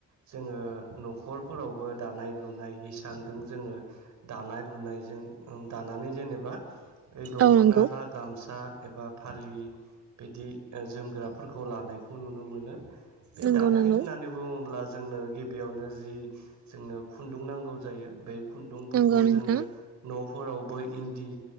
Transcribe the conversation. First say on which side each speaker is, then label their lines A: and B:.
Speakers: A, on the right; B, on the right.
A: जोङो न'खरफोरावबो दानाय लुनाय हिसानदों जोङो दानाय लुनाय जों दानानै जेनेबा ओइ दख'ना
B: औ नंगौ
A: बा गामसा एबा फालि बिदि ओ जोमग्राफोरखौ लानायखौ नुनो मोनो। बे
B: नंगौ
A: दानाय
B: नंगौ
A: होननानै बुङोब्ला जोंनो गिबियावनो जि जोंनो खुन्दुं नांगौ जायो बे खुन्दुंफोरखौ
B: नंगौ नोंथां
A: जोङो न'फोरावबो इन्दि